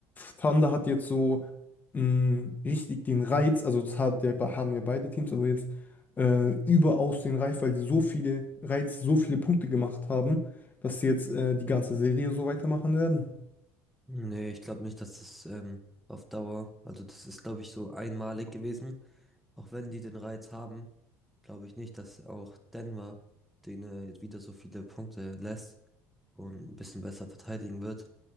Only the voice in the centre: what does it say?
Nee, ich glaube nicht, dass das ähm, auf Dauer, also das ist, glaube ich, so einmalig gewesen. Auch wenn die den Reiz haben, glaube ich nicht, dass auch Denver denen wieder so viele Punkte lässt. und ein bisschen besser verteidigen wird.